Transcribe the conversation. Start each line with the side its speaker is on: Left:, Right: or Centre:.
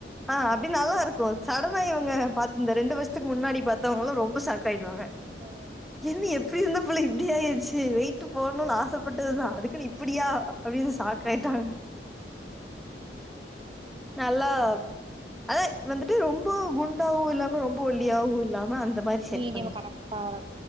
Centre: ஆ அப்டி நல்லா இருக்கு சடனா இவங்க பாத் இந்த ரெண்டு வருஷத்துக்கு முன்னாடி பாத்தவங்கலா ரொம்ப ஷாக்காயிடுவாங்க
Right: ஆமா
Centre: என்ன எப்டி இருந்த புள்ள இப்டி ஆயிருச்சு வெயிட்டு போட்ணுன்னு ஆசப் பட்டது தா அதுக்குன்னு இப்படியா அப்டின்னு ஷாக் ஆயிட்டாங்க நல்லா அதா வந்துட்டு ரொம்ப குண்டாவு இல்லாம ரொம்ப ஒல்லியாவு இல்லாம மாரி செட்
Right: மீடியம
Centre: பண்ணிட்டே
Right: கரெக்ட்டா ம்